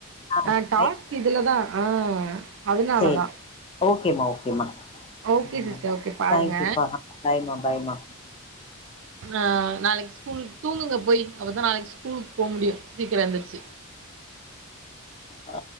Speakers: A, on the left; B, on the right.
A: ஆ
B: அ டாஸ்க்
A: நைட்
B: இதுலதா ஆ அதுனாலதா
A: சேரி ஓகேமா ஓகேமா
B: ஓகே சிஸ்டர்
A: ம்
B: ஓகே பாருங்க
A: தேங்கயூபா பாய்மா பாய்மா
B: ஆ நாளைக்கு ஸ்கூலுக்கு தூங்குங்க போய் அப்பதா நாளைக்கு ஸ்கூலுக்கு போமுடியு சீக்கிர எந்துரிச்சி
A: ஆ